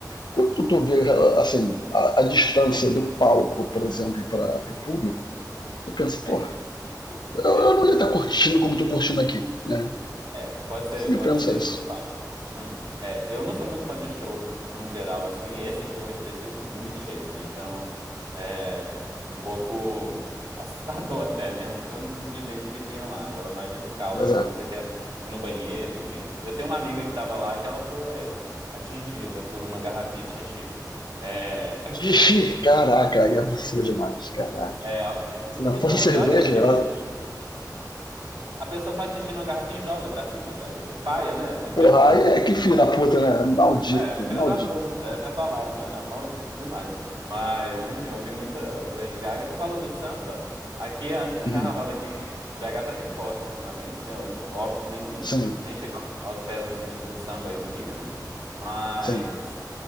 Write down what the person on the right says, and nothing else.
é.
é.
É, pode ser,
pode
ser,
total. Hum. É, eu não sou muito fã de show num geral, assim, e esse show em específico muito cheio, né? Então, é um pouco assustador <laughs> até, né? O tanto de gente que tinha lá. Eu imagino o caos,
assim,
que você quer ir no banheiro, enfim. Eu tenho uma amiga que tava lá que ela foi atingida por uma garrafinha de xixi. É,
é, a-
e-
e não,
o pior
é que, tipo,
a pessoa faz xixi numa garrafinha e joga pra cima, velho. Que paia, né? Tipo.
É, filho
da puta, essa é a palavra. Não, maldito demais. Mas, enfim, eu ouvi muita Lady Gaga. Você falou do samba? Aqui, a- o
carnaval daqui de BH tá bem forte ultimamente, né? Óbvio que nem,
nem chega aos pés no sentido do samba e do Rio, né? Mas